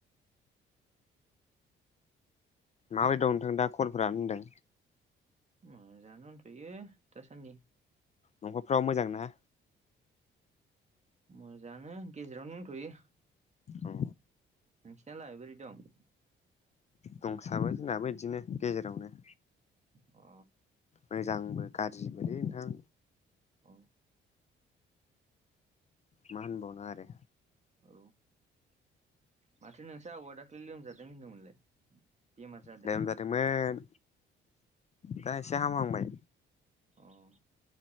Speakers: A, on the left; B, on the right.
A: माबायदि दं नोंथां दा कलफोरानो होनदों।
B: मोजांआनो दोंथ'यो दासान्दि।
A: न'खरफ्राव मोजां ना।
B: मोजां आंनो गेजेराव दंथयो।
A: औ।
B: नोंसिनालाय बोरै‌ दं।
A: दंसाबो जोंनाबो बिदिनो गेजेरावनो।
B: अ।
A: मोजांबो गाज्रिबोलै नोंथां।
B: औ।
A: मा होनबावनो आरो।
B: औ माथो नोंसा आबौआ दाखालि लोमजादों होनदोंमोनलाय। बेमार जादों
A: लेमजादोंमोन दा एसे हामहांबाय।
B: अ